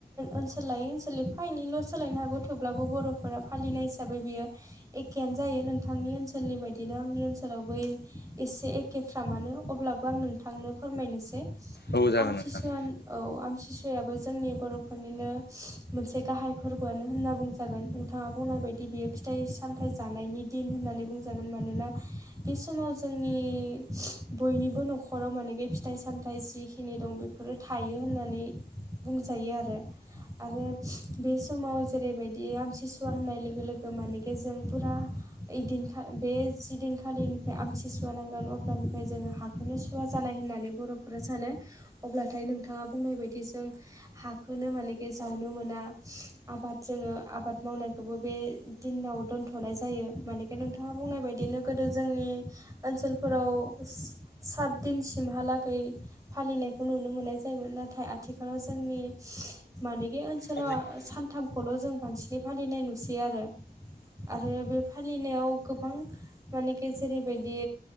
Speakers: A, on the right (about 20°); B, on the left (about 80°).
A: ओनसोल लायै ओनसोल एफा एनैल' सोलायनो हागौ थेवब्लाबो बर'फोरा फालिनाय हिसाबै बियो। एखानो जायो न <unintelligible> नथांनि ओनसोलनि बायदिनो आंनि ओनसोलाव बै एसे एखेफ्रा मानो अब्लाबो आं नोंथांनो फोरमायनोसै
B: औ जागोन
A: आमथिसुवान
B: नोंथां
A: औ आमतसुवयाबो जोंनि बर'फोरनिनो मोनसे गाहाय फोरबोआनो होनना बुंजायो जागोन नोंथाङा बुंनाय बायदि बियो फिथाइ सामथाइ जानायनि दिन होननानै बुंजागोन मानोना बे समाव जोंनि बयनिबो न'खर न'खराव मानेखि फिथाइ सामथाइ जिखिनि दं बेफोरो थायो होननानै बुंजायो आरो आरो बे समाव जेरैबायदि आमथिसुवा होननाय लोगो लोगो मानेखि जों फुरा इदिनखा बे जिदिनखालिनिफ्राय आमथि सुवा नांगोन अब्लानिफ्राय जोङो हा बेखौनो सुवा जानाय होननानै बर'फोरा सानो अब्लाथाय नोंथाङा बुंनाय बदि जों हाखोनो मानेखि जावनो मोना आबाद जोङो आबाद मावनायखौबो बे दिनाव दोनथ'नाय जायो मानेखे नोंथाङा बुंनाय बायदिनो गोदो जोंनि ओनसोलफोराव सात दिनसिमहालागै फालिनायखौ नुनो मोननाय जायोमोन नाथाय आथिखालाव जोंनि मानि बे ओनसोलाव
B: औ
A: सानथामखौल' जों बांसिनै फालिनाय नुसै आरो आरो बे <inaudible> फालिनायाव गोबां मानेखि जेरैबायदि